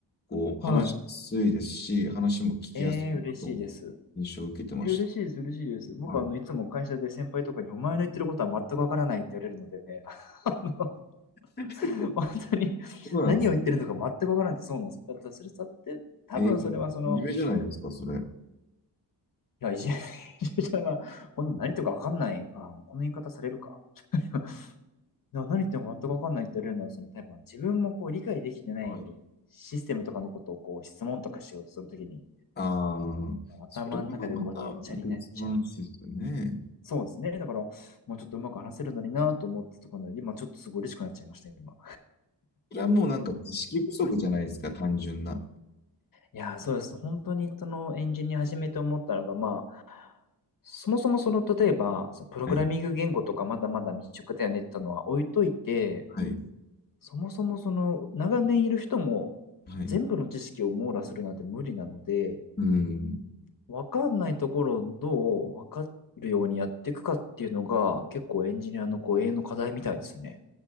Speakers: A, on the left; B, on the left.
A: こう、
B: は
A: 話しやすいですし、話も聞きやすいなと、
B: い。えー、嬉しいです。
A: 印象を受けてまし
B: え嬉しいです、嬉しいです。僕、
A: た。はい。
B: あの、いつも会社で先輩とかに、お前の言ってることは全くわからないって言われるので、<laughs> あ
A: <laughs>
B: の本当に何を言ってるのか全くわからないってそうなんですよ。
A: そうなんです。
B: だってそれだって多分それはその、
A: ええじゃあ夢じゃないですか、それ。は
B: いや、いじめ、いじめは、この何とかわかんない、あもうこの言い方されるか。<laughs> な何言っても全くわかんないって言われるのは、その、多分自分もこう理解できてないシステムとかのことをこう質問とかしようとするときに、
A: い。ああ、
B: 頭の中でごっちゃになっちゃうんですよ。
A: それはまた別の話ですよね。
B: そうですね。だから、もうちょっとうまく話せるのになと思ったところで、今ちょっとすごい嬉しくなっちゃいました、今。
A: それはもうなんか知識不足じゃないですか、単純な。
B: いやー、そうです。本当にそのエンジニア始めて思ったのが、まあ、そもそもその、例えば、そのプログラミング言語とかまだまだ未熟だよねってのは置いといて、
A: はい。はい。
B: そもそもその、長年いる人も全部の知識を網羅するなんて無理なので、
A: はい。うん。
B: わかんないところをどうわかるようにやっていくかっていうのが、結構エンジニアのこう永遠の課題みたいですね。